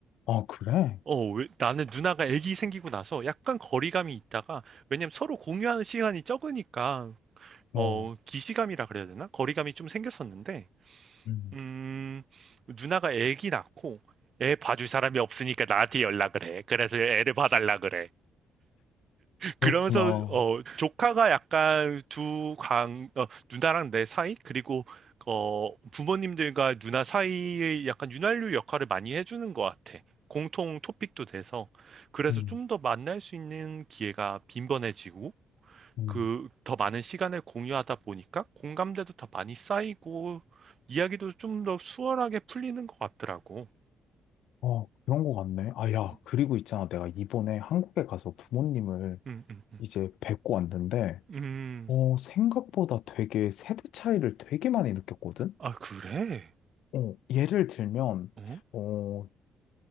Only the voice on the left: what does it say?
아, 그래?
어.
음.
그렇구나.
음.
음.
아, 그런 거 같네. 아, 야,
그리고 있잖아. 내가 이번에 한국에 가서 부모님을
이제 뵙고 왔는데,
어, 생각보다 되게 세대 차이를 되게 많이 느꼈거든?
어, 예를 들면,
어,